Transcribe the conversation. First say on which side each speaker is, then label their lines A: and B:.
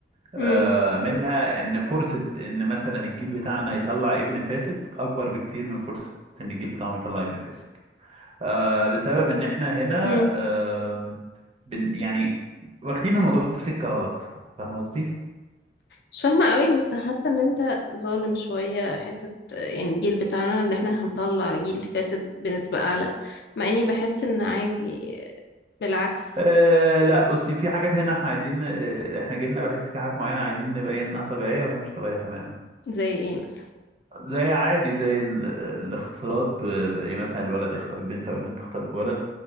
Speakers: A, on the right; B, on the left.
A: آه
B: امم
A: مم. منها ان فرصة ان مثلا الجيل بتاعنا يطلع ابن فاسد اكبر بكتير من فرصة ان الجيل بتاعهم يطلع ابن فاسد آه بسبب ان احنا هنا
B: امم
A: آه بن يعني واخدين الموضوع في سكة غلط فاهم قصدي؟
B: مش فاهمة قوي بس حاسة ان انت ظالم شوية حتة يعني الجيل بتاعنا ان احنا هنطلع جيل فاسد بنسبة اعلى مع اني بحس ان عادي بالعكس
A: أه لا بصي في حاجات هنا احنا عايزين آه، احنا جيلنا بحس في حاجات معينة عايزين نبين انها طبيعية وهي مش طبيعية تماما
B: زي ايه مثلا
A: زي عادي زي ال- الاختلاط ب... ب... إيه، مثلا الولد يختلط ببنت او البنت تختلط بولد